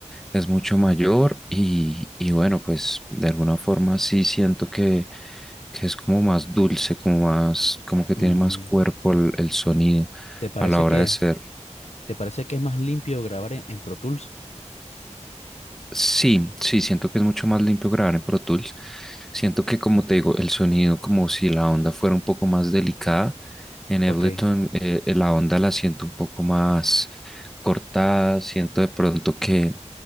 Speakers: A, in the centre; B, on the left.
A: es mucho mayor y, y bueno, pues de alguna forma sí siento que, que es como más dulce, como más, como que tiene
B: Mm.
A: más cuerpo el el sonido
B: ¿Te parece
A: a la hora
B: que,
A: de ser
B: te parece que es más limpio grabar en, en Pro Tools?
A: Sí, sí, siento que es mucho más limpio grabar en Pro Tools. Siento que, como te digo, el sonido, como si la onda fuera un poco más delicada. En Ableton,
B: Ok,
A: eh, eh, la onda la siento un poco más cortada. Siento de pronto que